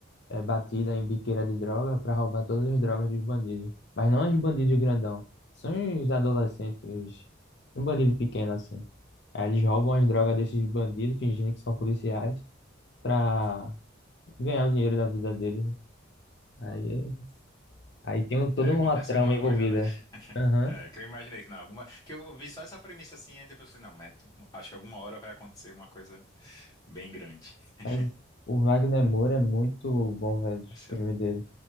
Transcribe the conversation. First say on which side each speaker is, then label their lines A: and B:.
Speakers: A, on the left; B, on the left.
A: é, batida em biqueira de droga para roubar todas as drogas dos bandidos. Mas não os bandidos grandão, são os adolescentes, os... um bandido pequeno assim. Aí eles roubam as drogas desses bandidos, fingindo que são policiais, para ganhar o dinheiro da vida deles. Aí,
B: Ah.
A: aí tem um- toda
B: Aí
A: uma
B: acontece
A: trama
B: alguma
A: envolvida.
B: coisa, né? <laughs>
A: Aham.
B: É, que eu imaginei que não, alguma, que eu vi só essa premissa assim, aí depois eu falei, não, mas acho que alguma hora vai acontecer uma coisa bem grande. <laughs>
A: Mas o Wagner Moura é muito bom, velho, os
B: Vai ser
A: filmes dele.